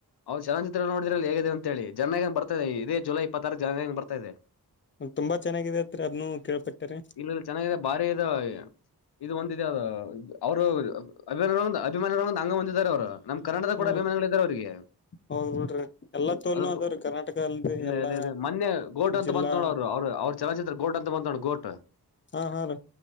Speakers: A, on the left (about 70°); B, on the left (about 30°).
A: ಅವ್ರ ಚಲನಚಿತ್ರ ನೋಡಿದ್ರಲ್ಲ ಹೇಗಿದೆ ಅಂತ ಹೇಳಿ ಜನನಾಯಗ ಬರ್ತಾದೆ ಇದೇ ಜುಲೈ ಇಪ್ಪತ್ತಾರಕ್ ಜನನಯಕ ಬರ್ತ ಇದೆ.
B: ತುಂಬಾ ಚೆನ್ನಾಗಿದೆ ಅತ್ರರಿ ಅದನ್ನು ಕೇಳ್ಪಟ್ಟೆರೀ.
A: ಇಲ್ಲ ಚೆನ್ನಾಗಿದೆ ಬಾರಿ ಇದವೇ ಇದು ಒಂದ್ ಇದೆ ಅದು. ಅವರು ಅ ಅಭಿಮಾನಿವೃಂದ ಅಭಿಮಾನಿಗಳ ಒಂದು ಅಂಗೆ ಹೊಂದಿದ್ದಾರೆ ಅವ್ರು ನಮ್ ಕನ್ನಡದ
B: ಹ್ಮ
A: ಕೂಡ ಅಭಿಮಾನಿಗಳ್ ಇದಾರೆ ಅವ್ರಿಗೆ.
B: ಹೌದ್ ಬಿಡ್ರಿ ಎಲ್ಲಾ ತೋಲ್ನು
A: ಅದು
B: ಅದಾವ್ರೀ
A: ತು
B: ಕರ್ನಾಟಕ ಅಲ್ರಿ
A: ಇಲ್ಲ
B: ಎಲ್ಲಾ
A: ಅದೆ ಇದೆ ಮೊನ್ನೆ ಗೋಡ್ ಅಂತ
B: ಜಿಲ್ಲಾ
A: ಬಂತ್ ನೋಡು ಅವ್ರು ಅವರು ಅವ್ರ. ಚಲನಚಿತ್ರ ಗೋಟ್ ಅಂತ ಬಂತ್ ನೋಡು ಗೋಟ್.
B: ಹಾ ಹಾ ರೀ